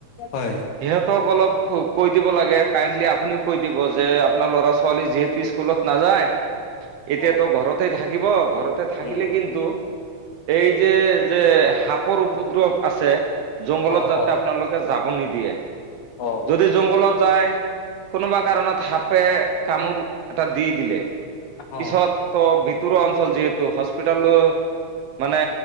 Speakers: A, on the left; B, on the right.
A: হয়।
B: সিহঁতক অলপ কৈ দিব লাগে কাইণ্ডলি আপুনিও কৈ দিব যে আপোনাৰ ল'ৰা ছোৱালী যিহেতু স্কুলত নাযায় এতিয়াাতো
A: অ
B: ঘৰতে থাকিব ঘৰতে থাকিলে
A: উম
B: কিন্তু এই যে যে সাপৰ উপদ্ৰৱ আছে জংঘলত
A: অ
B: যাতে
A: অ
B: আপোনালোকে যাব নিদিয়ে
A: অ
B: যদি জংঘলত যায় কোনোবা কাৰণত সাপে কামোৰ এটা দি দিলে পিছত
A: অ
B: ত অঞ্চল যিহেতু হস্পিতাল মানে